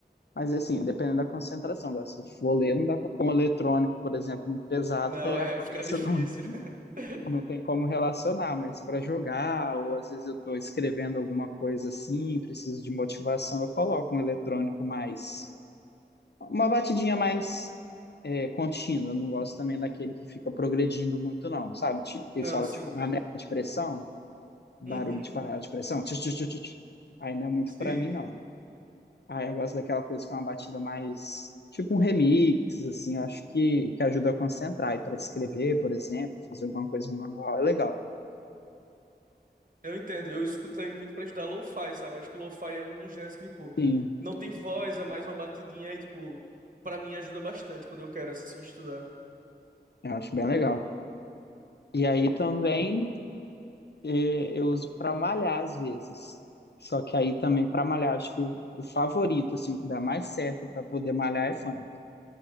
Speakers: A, on the left; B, on the right.
A: Mas assim, dependendo da concentração, agora, se eu for ler, não dá para pôr um eletrônico, por exemplo, muito pesado,
B: Não,
A: que aí a
B: é,
A: cabeça
B: fica difícil.
A: não
B: <laughs>
A: não tem como relacionar, mas para jogar, ou às vezes eu estou escrevendo alguma coisa assim, preciso de motivação, eu coloco um eletrônico mais Uma batidinha mais é, contínua. Eu não gosto também daquele que fica progredindo muito, não, sabe? Tipo, que
B: Não,
A: eles falam,
B: sim.
A: tipo, panela de pressão, barulho
B: Uhum.
A: de panela de pressão. tch, tch, tch, tch, tch. Aí não é muito
B: Sim.
A: pra mim, não. Aí eu gosto daquela coisa que é uma batida mais. Tipo um remix, assim, eu acho que, que ajuda a concentrar. E para escrever, por exemplo, fazer alguma coisa manual é legal.
B: Eu entendo, eu escutei muito pra estudar lo-fi, sabe? Acho que lo-fi é um dos gêneros que, tipo,
A: Sim,
B: não tem voz, é mais uma batidinha aí, tipo, pra mim ajuda bastante quando eu quero, assim, estudar.
A: eu acho bem legal. E aí também. É, eu uso para malhar às vezes. Só que aí também para malhar, acho que o, o favorito, assim, que dá mais certo para poder malhar é funk.